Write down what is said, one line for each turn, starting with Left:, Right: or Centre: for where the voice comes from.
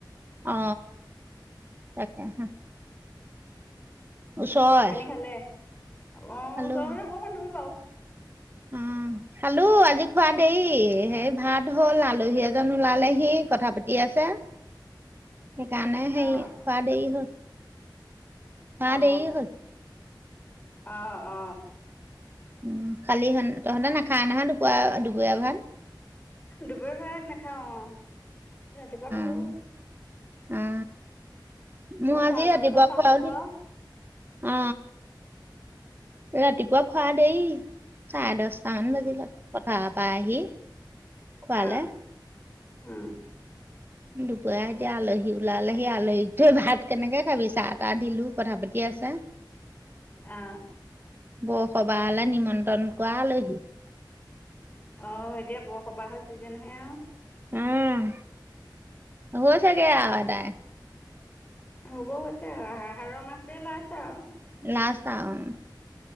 Right: অ তাকে হ ওচৰৰে
Left: ভাত পানী খালে অ ওচৰ
Right: খালো
Left: মানে অকণমান দূৰ বাৰু
Right: অ খালো আজি খোৱা দেৰি হেই ভাত হ'ল আলহী এজন ওলালেহি কথা পাতি আছে। সেইকাৰণে সে
Left: অ',
Right: খোৱা দেৰি হ'ল খোৱা
Left: অ
Right: দেৰি হ'ল
Left: আহ অ
Right: উ খালিহ তহঁতে নাখায় নহয় দুপাৰ দুপৰীয়া ভাত
Left: দুপৰীয়া ভাত নাখাও অ ৰাতিপুৱা খালোঁ।
Right: অ অ
Left: কিবা
Right: মই
Left: চাহ
Right: আজি
Left: অকণ
Right: ৰাতিপুৱা
Left: বনাই চাহ
Right: খুৱা
Left: খালোঁ
Right: হলেই।
Left: আৰু
Right: অ ৰাতিপুৱা খোৱা দেৰি চাৰে দহ ছামান
Left: উম,
Right: বাজিলত কথা পাই আহি <unintelligible> খোৱালে।
Left: অ উম
Right: দুপৰীয়া এতিয়া আলহী ওলালেহি সেই আলহী ক থৈ ভাত কেনেকে খাবি চাটা দিলো কথা পাতি আছে।
Left: অ
Right: বৰসবাহলে নিমন্ত্ৰণ কৰা আলহী
Left: অ এতিয়া বৰসবাহৰ ছিজনহে আৰু
Right: উম হৈছেগে আৰু এডাই
Left: হব হৈছে আহাৰৰ মাহতোৱে লাষ্ট আৰু
Right: লাচট আৰু